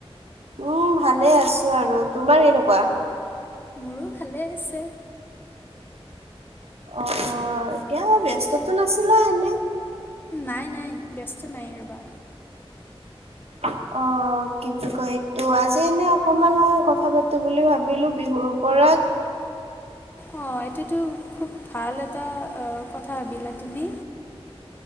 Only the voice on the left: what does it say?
মোৰো ভালে আছে
নাই নাই ব্যস্ত নাই ৰ'বা
অ, এইটোতো খুব ভাল এটা কথা ভাবিলা তুমি